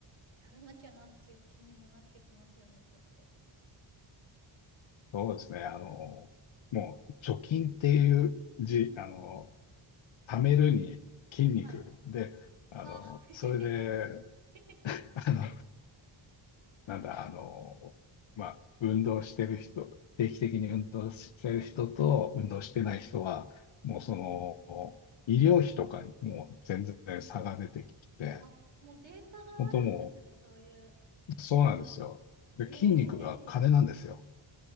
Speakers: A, on the right; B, on the left.
A: やらなきゃなっていう気にもなってきますよね、ちょっと。
B: そうですね。あの、もう、貯金っていう字、あの、貯めるに筋肉で、
A: はい。
B: あの、
A: あ、へへ
B: それで、
A: へへ。
B: あの、なんだ、あの、まあ、運動してる人、定期的に運動してる人と運動してない人は、
A: はい。
B: もうその、医療費とかにもう全然差が出てきて、
A: あ、もうデータがあるんですね、
B: 本当もう
A: そういう。
B: そうなんですよ。で、
A: ええ
B: 筋肉が金なんですよ。